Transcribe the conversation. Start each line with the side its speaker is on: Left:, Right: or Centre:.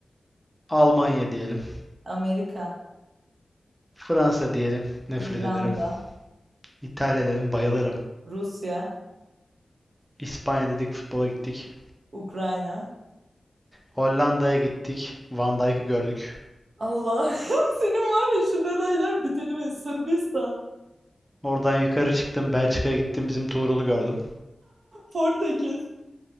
Centre: Almanya diyelim.
Right: Amerika,
Centre: Fransa diyelim. Nefret
Right: İrlanda,
Centre: ederim. İtalya dedim, bayılırım.
Right: Rusya,
Centre: İspanya dedik, futbola gittik.
Right: Ukrayna.
Centre: Hollanda'ya gittik. Van Dijk'ı gördük.
Right: Allah'ım <laughs> senin var ya şu detaylar bitirdi beni. Sırbistan,
Centre: Oradan yukarı çıktım. Belçika'ya gittim. Bizim Tuğrul'u gördüm.
Right: Portekiz,